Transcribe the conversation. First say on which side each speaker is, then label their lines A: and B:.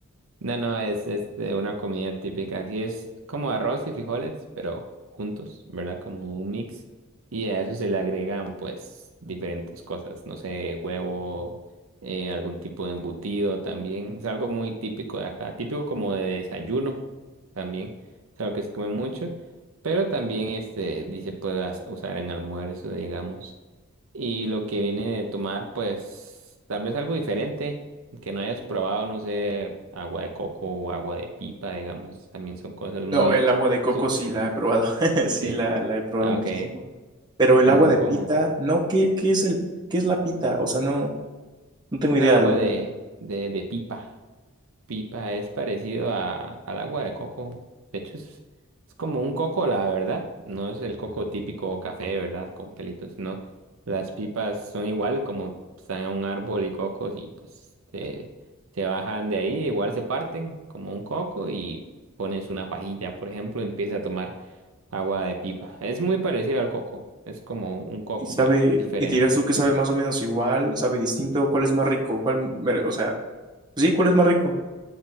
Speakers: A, on the right; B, on the right.
A: No, no, es este, una comida típica. Aquí es como arroz y frijoles, pero juntos, ¿verdad? Como un mix. Y a eso se le agregan, pues, diferentes cosas. No sé, huevo, eh, algún tipo de embutido también. Es algo muy típico de acá. Típico como de desayuno también. Es algo que se come mucho. Pero también, este, dice, puedas usar en almuerzo, digamos. Y lo que viene de tomar, pues tal vez algo diferente, que no hayas probado, no sé, agua de coco o agua de pipa, digamos, también son cosas muy...
B: No, el agua
A: <laughs>
B: de coco
A: tú-
B: sí la he probado, <laughs> sí
A: eh,
B: la, la he probado
A: Ah,
B: muchísimo.
A: ok,
B: Pero el
A: sí,
B: agua
A: son
B: de
A: como...
B: pita, no, ¿qué, qué es el, qué es la pita? O sea, no. No tengo
A: No,
B: idea,
A: agua
B: la verdad.
A: de, de, de pipa. pipa es parecido a, al agua de coco. De hecho, es, es como un coco, la verdad. No es el coco típico café de verdad con pelitos, no. Las pipas son igual como están en un árbol y cocos y pues se, se bajan de ahí, igual se parten como un coco y pones una pajilla, por ejemplo, y empieza a tomar agua de pipa. Es muy parecido al coco. Es como un coco,
B: ¿Y sabe,
A: pero diferente.
B: y dirías tú que sabe más o menos igual, sabe distinto? ¿Cuál es más rico? ¿Cuál, mere- o sea, sí, ¿cuál es más rico?